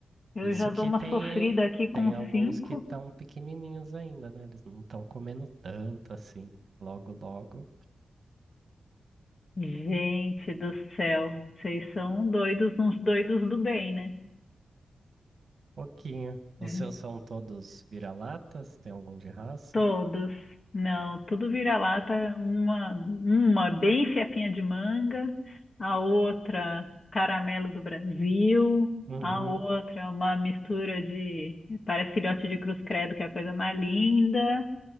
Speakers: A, on the left; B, on the right.
A: Eu
B: Isso
A: já dou
B: que
A: uma
B: tem,
A: sofrida aqui com
B: tem alguns
A: cinco.
B: que estão pequenininhos ainda, né? Eles não estão comendo tanto assim. Logo, logo,
A: Gente do céu, vocês são doidos, uns doidos do bem, né?
B: pouquinho. Os
A: É.
B: seus são todos vira-latas? Tem algum de raça?
A: Todos. Não, tudo vira-lata, uma, uma bem fiapinha de manga, a outra caramelo do Brasil,
B: Uhum.
A: a outra uma mistura de, parece filhote de cruz credo, que é a coisa mais linda,